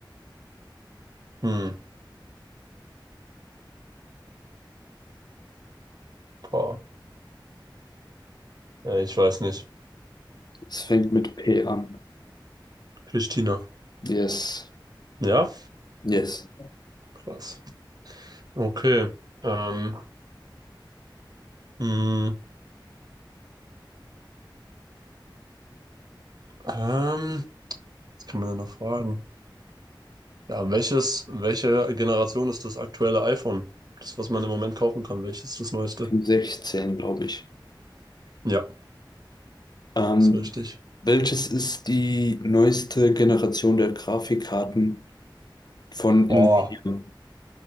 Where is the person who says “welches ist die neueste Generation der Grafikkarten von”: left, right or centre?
Left